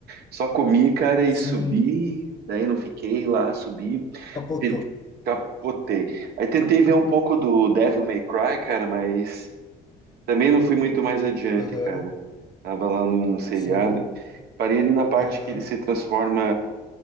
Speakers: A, on the right (about 70°); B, on the left (about 25°).
A: Só comi, cara, e
B: Sim,
A: subi, daí não fiquei lá, subi,
B: capotou.
A: te- capotei. Aí tentei ver um pouco do Devil May Cry, cara, mas também não fui muito mais adiante,
B: Aham,
A: cara. Tava lá num seriado,
B: sim.
A: parei ali na parte
B: Aham.
A: que ele se transforma,